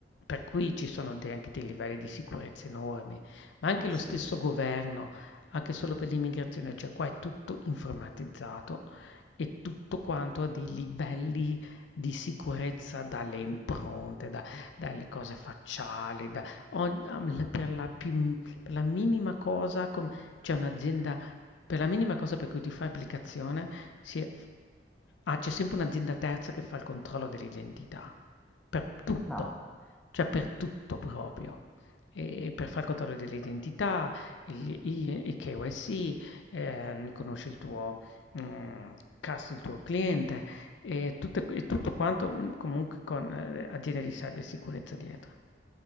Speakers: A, on the left; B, in the centre.
A: per cui ci sono de- anche dei livelli di sicurezza enormi, ma anche
B: Eh
A: lo
B: sì.
A: stesso governo, anche solo per l'immigrazione, cioè qua è tutto informatizzato e tutto quanto a dei livelli di sicurezza dalle impronte, da- dalle cose facciali, da ogni- per la più- per la minima cosa c'è un'azienda, per la minima cosa per cui ti fai applicazione, si è- ah, c'è sempre un'azienda terza che fa il controllo dell'identità, per tutto,
B: No,
A: cioè per tutto proprio. E per fare il controllo dell'identità, il, i- il KYC, ehm, conosci il tuo, mm, cast- il tuo cliente e, tutte- e tutto quanto mm, comunque con eh, aziende di cybersicurezza dietro.